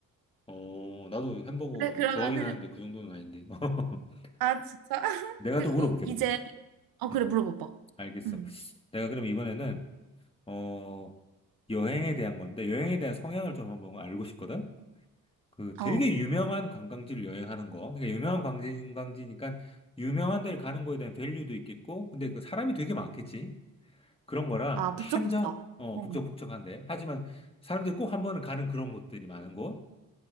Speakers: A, on the left; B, on the right.
A: 어, 나도 햄버거
B: 그래, 그러면은,
A: 좋아하긴 하는데, 그 정도는 아닌데. <laughs>
B: 아, 진짜? <laughs>
A: 내가
B: 그,
A: 또 물어볼게,
B: 으, 이제,
A: 그러면.
B: 어, 그래,
A: 음,
B: 물어봐봐.
A: 알겠어.
B: 응.
A: 내가 그럼 이번에는, 어, 여행에 대한 건데, 여행에 대한 성향을 좀 한번 알고 싶거든? 그 되게
B: 어,
A: 유명한 관광지를 여행하는 거. 그러니까 유명한 관광지, 관광지니까 유명한 데를 가는 거에 대한 밸류도 있겠고, 근데 그 사람이 되게 많겠지. 그런 거랑
B: 아, 북적북적.
A: 한적, 어,
B: 어,
A: 북적북적한데. 하지만 사람들이 꼭 한 번은 가는 그런 곳들이 많은 곳.